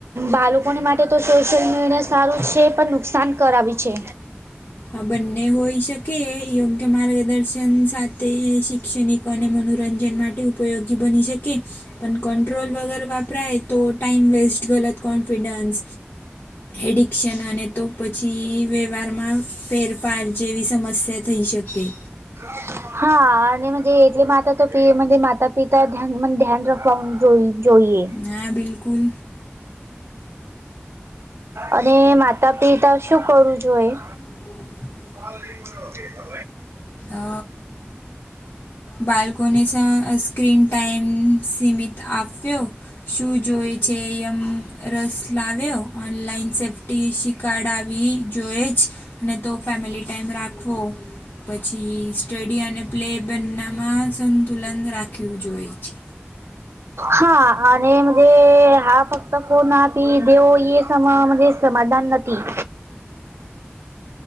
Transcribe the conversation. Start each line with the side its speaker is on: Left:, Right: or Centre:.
Right: બાળકોને માટે તો સોશિયલ મીડિયા સારું છે, પણ નુકસાન કરાવી છે.
Left: આ બંને હોઈ શકે યોગ્ય માર્ગદર્શન શિક્ષણ સાથે શૈક્ષણિક અને મનોરંજન માટે ઉપયોગી બની શકે પણ કંટ્રોલ વગર વપરાય તો ટાઈમ વેસ્ટ ગલત કોન્ફિડન્સ એડિક્શન અને તો પછી વ્યવહારમાં ફેરફાર જેવી સમસ્યા થઈ શકે.
Right: <inaudible> હા અને મજે એટલે માતા તો માતા પિતા મનજે ધ્યાન રાખવાનું જોઈ જોઈએ.
Left: હા બિલકુલ.
Right: અને માતા -પિતા શું કરવુ જોઈએ?
Left: <inaudible>
Right: <unintelligible>
Left: અ બાળકોને સ સ્ક્રીન ટાઈમ સીમિત આપ્યો શું જોય છે એમ રસ લાવ્યો ઓનલાઈન સેફ્ટી શી શીખડાવી જોઈએ જ ની તો ફેમિલી ટાઈમ રાખવો પછી સ્ટડી અને પ્લે બને માં સંતુલન રાખયુ જોઈએ છે.
Right: હા અને વે હા ફક્ત ફોન આપી દેવ એ સમાન સમાધાન નથી.